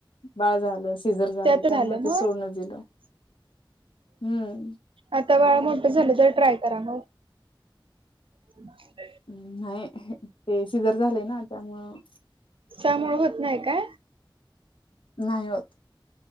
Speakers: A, on the left (about 75°); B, on the right (about 80°).
A: बाळ झालं सिजर झालं
B: त्यात
A: त्यामुळे
B: मग
A: ते सोडण दिलं, हम्म.
B: आता बाळ मोठ झाले तर ट्राय करा मग. <unintelligible>
A: हम नाही ते सिजर झालेय ना त्यामुळं.
B: त्यामूळ होत नाही काय?
A: नाही होत.